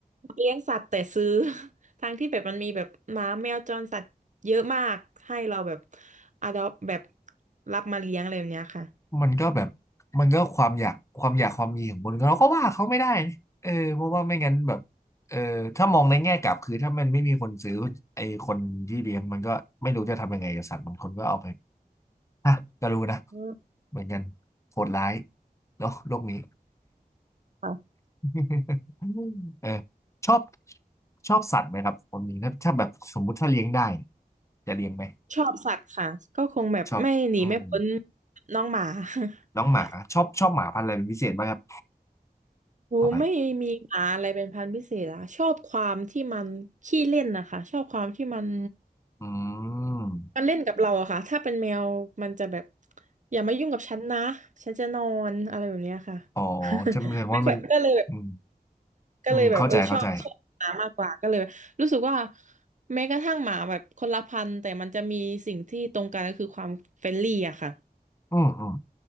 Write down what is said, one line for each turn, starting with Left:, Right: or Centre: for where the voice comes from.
Right: เลี้ยงสัตว์แต่ซื้อ <laughs> ทั้งที่แบบมันมีแบบหมาแมวจรสัตว์เยอะมากให้เราแบบอดอปแบบรับมาเลี้ยงอะไรแบบเนี้ยค่ะ
Left: มันก็แบบมันก็ความอยากความอยากความมีของคนเราก็ว่าเขาไม่ได้นะเออเพราะว่าไม่งั้นแบบเออถ้ามองในแง่กลับคือถ้ามันไม่มีคนซื้อไอ้คนที่เลี้ยงมันก็ไม่รู้จะทำยังไงกับสัตว์บางคนก็เอาไปฮะก็รู้นะ
Right: อืม
Left: เหมือนกันโหดร้ายเนาะโลกนี้
Right: ค่ะ
Left: <laughs> เออชอบชอบสัตว์ไหมครับคนนี้ถ้าถ้าแบบสมมุติถ้าเลี้ยงได้เนี่ยจะเลี้ยงไหม
Right: ชอบสัตว์ค่ะก็คงแบบไม่หนีไม่พ้น
Left: ชอบอืม
Right: น้องหมา <laughs>
Left: น้องหมาชอบชอบหมาพันธุ์อะไรเป็นพิเศษไหมครับ
Right: โอ้ไม่มีหมาอะไรเป็นพันธุ์พิเศษอะชอบความที่มันขี้เล่นนะคะชอบความที่มัน
Left: ขอไปอืม
Right: มันเล่นกับเราอะค่ะถ้าเป็นแมวมันจะแบบอย่ามายุ่งกับฉันนะฉันจะนอนอะไรแบบเนี้ยค่ะ
Left: อ๋อ
Right: <laughs>
Left: จำแสดงว่ามัน
Right: ไม่ค่อยก็เลยแบบ
Left: อืม
Right: ก็เลยแบบเออชอบชอบหมามากกว่าก็เลยแบบรู้สึกว่า
Left: อืมเข้าใจเข้าใจ
Right: แม้กระทั่งหมาแบบคนละพันธุ์แต่มันจะมีสิ่งที่ตรงกันก็คือความเฟรนลี่อะค่ะ
Left: อืมอืม